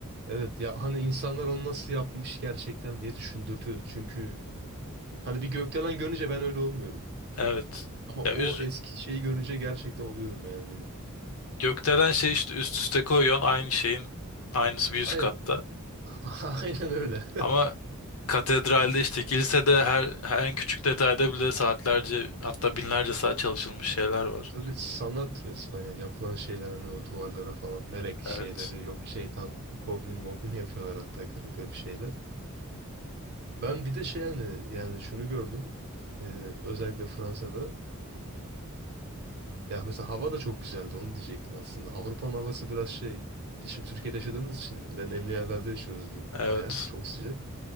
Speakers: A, on the right (about 50°); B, on the left (about 70°).
A: Evet ya hani insanlar onu nasıl yapmış gerçekten diye düşündürtüyor. Çünkü hani bir gökdelen görünce ben öyle olmuyorum.
B: Evet.
A: Ama
B: Ya
A: o
B: üz
A: eski şeyi görünce gerçekten oluyorum yani. Bir...
B: gökdelen şey işte üst üste koyuyorsun aynı şeyin aynısı bir üst
A: Aynen.
B: katta.
A: <laughs> Aynen öyle.
B: Ama katedralde işte kilisede her, her en küçük detayda bile saatlerce hatta binlerce saat çalışılmış şeyler
A: <laughs>
B: var.
A: Tabii sanat resmen ya. Yapılan şeyler hani o duvarlara falan melek şeyleri
B: Evet.
A: yok şeytan goblin moblin yapıyorlar hatta garip garip şeyler. Ben bir de şey yani yani şunu gördüm. Ee, özellikle Fransa'da. Ya mesela hava da çok güzeldi onu diyecektim aslında. Avrupa'nın havası biraz şey. Biz şimdi Türkiye'de yaşadığımız için ve nemli yerlerde yaşıyoruz bu
B: Evet.
A: baya. Çok sıcak.